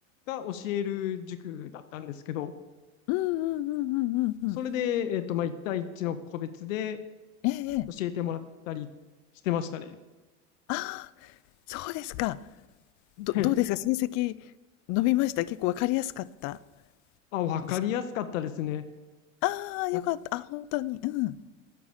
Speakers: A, on the left; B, on the left.
A: が教える塾だったんですけど、
B: うんうんうんうんうんうんうん。
A: それで、えっと、まあ、1対一の個別で
B: ええええ
A: 教えてもらったりしてましたね。
B: ああそうですか。
A: <laughs>
B: どどうですか成績
A: はい。
B: 伸びました結構わかりやすかった
A: あ、わかりやすかったですね。
B: ですああ、
A: や、
B: 良かった。あ、本当に。うん。